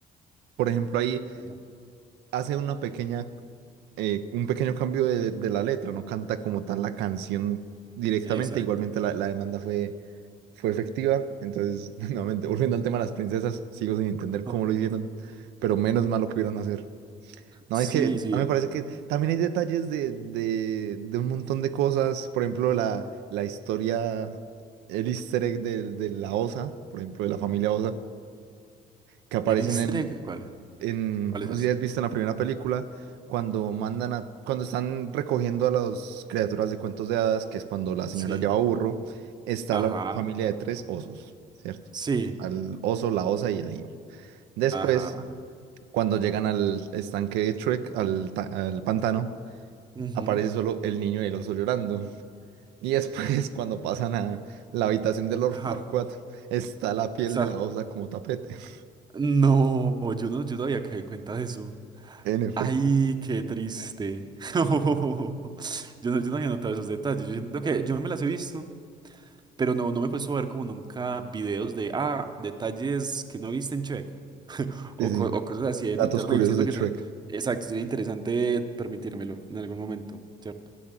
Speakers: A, on the right (about 85°); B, on the right (about 25°).
A: por ejemplo, ahí
B: Ujú.
A: hace una pequeña, eh, un pequeño cambio de, de la letra, no canta como tal la canción directamente,
B: Exacto.
A: igualmente la, la demanda fue, fue efectiva. Entonces, <laughs> nuevamente, volviendo al tema de las princesas, sigo sin entender
B: Ajá.
A: cómo lo hicieron, pero menos mal lo pudieron hacer. No,
B: Sí,
A: es que
B: sí.
A: a mí me parece que también hay detalles de, de, de un montón de cosas. Por ejemplo, la, la historia, el easter egg de, de la Osa, por ejemplo, de la familia Osa, que aparecen
B: ¿El easter
A: en,
B: egg? ¿Cuál?
A: en,
B: ¿Cuál es
A: no
B: ese?
A: sé si has visto en la primera película, cuando mandan a, cuando están recogiendo a las criaturas de cuentos de hadas, que es cuando la señora
B: Sí.
A: lleva burro, está
B: Ajá.
A: la familia de tres osos, ¿cierto?
B: Sí.
A: Al oso, la osa y el niño. Después,
B: Ajá.
A: cuando llegan al estanque de Shrek, al, ta- al pantano,
B: Ujú.
A: aparece solo el niño y el oso llorando. Y después, <laughs> cuando pasan a la habitación de Lord
B: Ajá.
A: Farquaad, está la piel
B: O sea,
A: de la osa como tapete. <laughs>
B: no, yo no, yo no había caído en cuenta de eso.
A: En efecto.
B: Ay, qué triste. <laughs> Yo no, yo no había notado esos detalles. Yo siento que yo me las he visto. Pero no, no me he puesto a ver como nunca videos de, ah, detalles que no viste en Check o,
A: Sí, sí.
B: co- o cosas así en
A: Datos
B: internet.
A: curiosos
B: Y siento
A: de
B: que
A: Shrek.
B: sería, exacto, sería interesante permitírmelo en algún momento, ¿cierto?